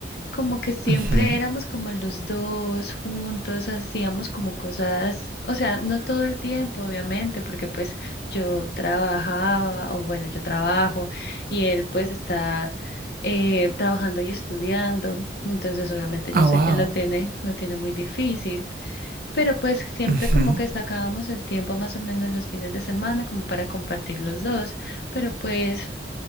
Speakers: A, on the left; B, on the right.
A: como que siempre
B: Ujú.
A: éramos como los dos juntos, hacíamos como cosas, o sea, no todo el tiempo, obviamente, porque pues yo trabajaba, o bueno, yo trabajo y él pues está eh, trabajando y estudiando, entonces obviamente yo
B: Ah,
A: sé
B: wow.
A: que lo tiene, lo tiene muy difícil. Pero pues siempre
B: Ujú.
A: como que sacábamos el tiempo más o menos los fines de semana como para compartir los dos, pero pues